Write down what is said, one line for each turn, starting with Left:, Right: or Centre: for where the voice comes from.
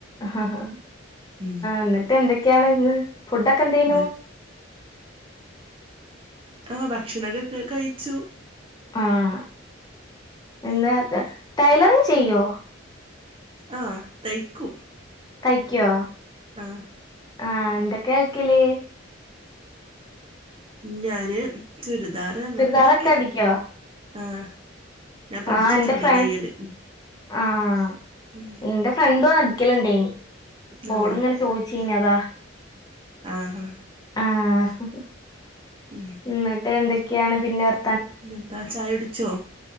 Left: ആഹ്
Right: ഉം
Left: എന്നിട്ട് എന്തൊക്കെയാണ്ന്ന് ഫുഡൊക്കെ എന്തെയ്നു?
Right: ഇതാ. ആഹ് ഭക്ഷണൊക്കെ ക് കഴിച്ചു
Left: ആഹ് <unintelligible> ടൈലറിങ് ചെയ്യോ?
Right: ആഹ് തൈക്കും
Left: തയ്ക്കോ?
Right: ആഹ്
Left: ആഹ് എന്തൊക്കെ ആയ്ക്കല്?
Right: ഞാന് ചുരിദാറ് അങ്ങനത്തിനൊക്കെ
Left: ചുരിദാറൊക്കെ അടിക്കോ
Right: ആഹ് ഞാൻ പഠിച്ചിട്ടുണ്ട്
Left: ആഹ് എന്റെ ഫ്ര
Right: തയ്യല്
Left: ആഹ്
Right: ഉം
Left: എന്റെ ഫ്രണ്ടും അടിക്കല്ണ്ടേനി ഇപ്പോള്ങ്ങനെ
Right: ആ
Left: ചോദിച്ചീനി അതാ
Right: ആഹ്
Left: ആഹ്
Right: ഉം
Left: ന്നിട്ട് എന്തൊക്കെയാണ് പിന്നെ വർ
Right: പിനെന്താ ചായ കുടിച്ചോ?